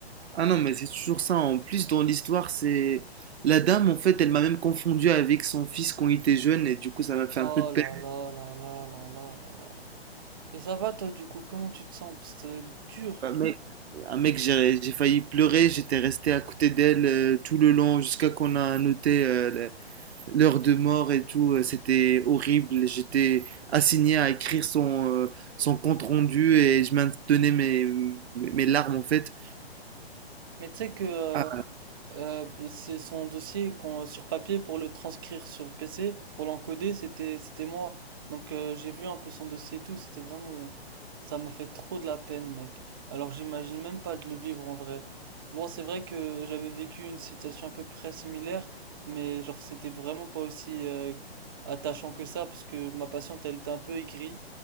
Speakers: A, on the right (about 80°); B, on the right (about 25°).
A: Ah non, mais c'est toujours ça. En plus, dans l'histoire, c'est. La dame, en fait, elle m'a même confondu avec son fils quand il était jeune et du coup, ça m'a fait
B: Oh
A: un peu de peine.
B: là là là là là là là là. Et ça va toi du coup, comment tu te sens? Parce que ça doit être dur.
A: Un mec, un mec, j'ai j'ai failli pleurer, j'étais resté à côté d'elle euh, tout le long jusqu'à qu'on a noté euh, l'heure de mort et tout, euh, c'était horrible. J'étais assigné à écrire son, euh, son compte rendu et je maintenais mes, mes larmes en fait.
B: Mais tu sais que euh,
A: Ah,
B: Euh, c'est son dossier qu'on, sur papier pour le transcrire sur PC, pour l'encoder, c'était c'était moi. Donc euh, j'ai vu un peu son dossier et tout, c'était vraiment... Ça m'a fait trop de la peine, mec. Alors j'imagine même pas de le vivre en vrai. Bon, c'est vrai que j'avais vécu une situation à peu près similaire, mais genre c'était vraiment pas aussi euh, attachant que ça, parce que ma patiente, elle était un peu aigrie.